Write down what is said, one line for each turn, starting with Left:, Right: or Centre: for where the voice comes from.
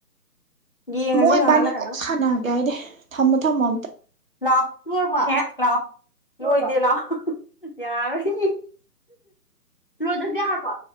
Left: ꯌꯦꯡꯉꯁꯦ
Right: ꯃꯣꯏ
Left: ꯉꯥꯏꯍꯥꯛ
Right: ꯕꯥꯅꯤ
Left: ꯂꯩꯔꯒ
Right: ꯀꯣꯛ
Left: ꯑꯃꯨꯛ꯫
Right: ꯁꯥꯟꯅꯒꯦ ꯍꯥꯏꯗꯦ ꯊꯝꯃꯣ ꯊꯝꯃꯣ ꯑꯝꯇ
Left: ꯂꯥꯑꯣ ꯂꯣꯏꯔꯕꯣ ꯑꯦ ꯂꯥꯑꯣ ꯂꯣꯏꯗꯦ ꯂꯥꯑꯣ ꯌꯥꯔꯣꯏ ꯂꯣꯏꯗꯖꯨ ꯌꯥꯔꯕꯣ